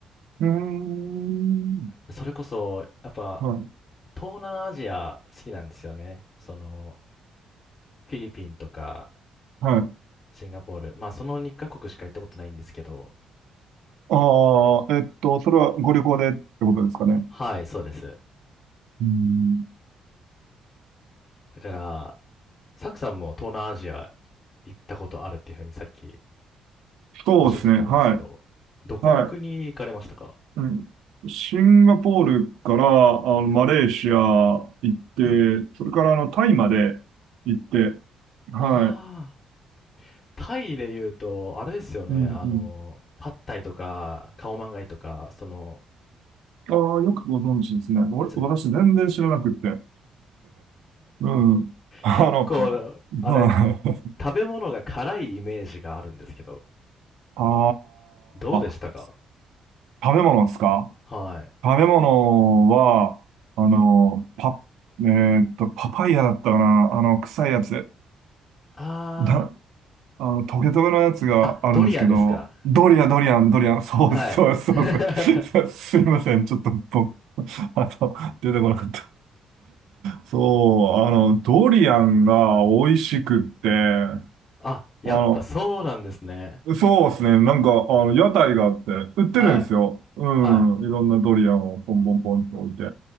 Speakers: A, on the right (about 70°); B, on the left (about 40°).
A: うん。うーん、
B: それこそ、やっぱ、
A: はい、
B: 東南アジア好きなんですよね。その、フィリピンとか、
A: はい。
B: シンガポール。まあ、その2カ国しか行ったことないんですけど、
A: ああ、えっと、それはご旅行でってことですかね。
B: はい、そうです。
A: うん、
B: だから、サクさんも東南アジア行ったことあるっていうふうにさっき
A: そうですね。
B: おっしゃってたと思うんですけど、
A: はい。
B: どこの国行かれましたか
A: はい。うん、シンガポールからあのマレーシア行って、それからあのタイまで行って、はい。
B: ああー、タイで言うと、あれですよね、
A: うん、
B: あの、
A: うん。
B: パッタイとか、カオマンガイとか、その、
A: ああ、よくご存知ですね。俺、
B: なんつうの
A: 私全然知らなくって。うん。<laughs> あの、
B: 結構、
A: はい。
B: あれ、食べ物が辛いイメージがあるんですけど、
A: あ
B: どうでしたか
A: あ、食べ物ですか
B: はい。
A: 食べ物は、あの、パ、えーっと、パパイヤだったかなあの、臭いやつ。
B: あー、
A: だ、あの、トゲトゲのやつがあるんですけど、
B: あ、ドリアンですか
A: ドリアン、ドリアン、ドリアン、そうそうそうそう。
B: はい。<laughs>
A: <laughs> そうすいません。ちょっと僕、あと、出てこなかった。そう、あの、ドリアンが美味しくって、あ
B: あ、やっぱそうなんですね。
A: の、そうですね。なんか、あの、屋台があって、売ってるんですよ。
B: はい、
A: う
B: はい。
A: ん。いろんなドリアンをポンポンポンと置いて。